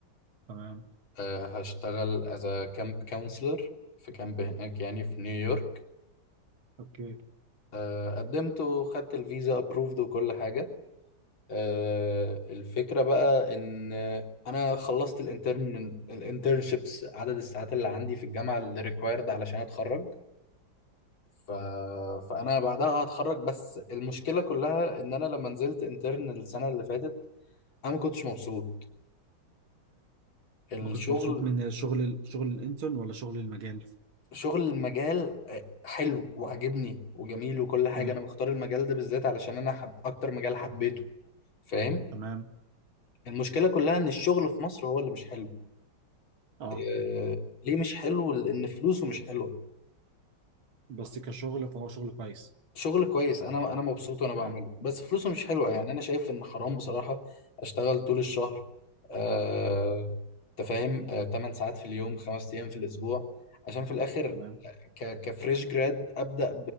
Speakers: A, on the right; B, on the left.
A: تمام
B: آه، هشتغل as a camp counselor في كامب هناك يعني في نيويورك
A: اوكي
B: آه، قدمت وخدت الفيزا approved وكل حاجة آه، الفكرة بقى إن أنا خلصت الانترن الانترنشيبس عدد الساعات اللي عندي في الجامعة اللي required علشان أتخرج ف... فانا بعدها هتخرج بس المشكله كلها ان انا لما نزلت انترن السنه اللي فاتت انا ما كنتش مبسوط الشغل
A: ما كنتش مبسوط من شغل شغل الانترن ولا شغل المجال
B: شغل المجال آه، حلو وعاجبني وجميل وكل حاجه
A: امم
B: انا مختار المجال ده بالذات علشان انا حب... اكتر مجال حبيته فاهم
A: تمام
B: المشكله كلها ان الشغل في مصر هو اللي مش حلو
A: اه
B: إيه، ليه مش حلو لان فلوسه مش حلوه
A: بس كشغل فهو شغل كويس
B: شغل كويس انا انا مبسوط وانا بعمله
A: امم
B: بس فلوسه مش حلوه
A: تمام
B: يعني انا شايف ان حرام بصراحه اشتغل طول الشهر آه تفاهم آه 8 ساعات في اليوم 5 ايام في الاسبوع عشان في الاخر
A: تمام
B: ك كفريش جراد ابدا